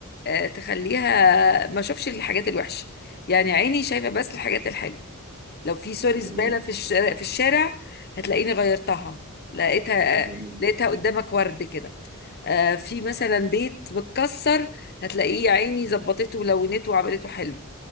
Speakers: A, on the left; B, on the right.
A: آه، تخليها ما اشوفش الحاجات الوحشه يعني عيني شايفه بس الحاجات الحلوه لو في سوري
B: ده
A: زباله
B: جميل
A: في الشارع في الشارع هتلاقيني غيرتها لقيتها
B: جميل
A: آه، لقيتها قدامك ورد كده آه، في مثلا بيت متكسر هتلاقيه يا عيني ظبطته ولونته وعملته حلو